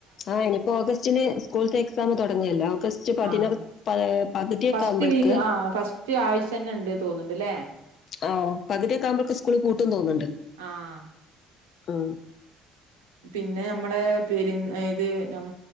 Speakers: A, on the left; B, on the right.
A: ആ ഇനിയിപ്പോ ഓഗസ്റ്റിന് സ്കൂളത്തെ എക്സാം തുടങ്ങുവല്ലേ ഓഗസ്റ്റ് പതിനൊ
B: ആഹ്
A: പ.. പകുതിയൊക്കെ
B: ഫസ്റ്റ്
A: ആകുമ്പോൾക്ക്
B: വീക്ക്, ആ ഫസ്റ്റ് ആഴ്ച തന്നെ ഉണ്ട് തോന്നുന്നുണ്ട്ല്ലേ
A: ആ പകുതിയൊക്ക ആകുമ്പോത്തേക്ക് സ്കൂള് പൂട്ടൂന്ന് തോന്നുന്നുണ്ട്
B: ആഹ്
A: ആ..
B: പിന്നെ നമ്മള് പെരുന്ന് ഇത് ഞം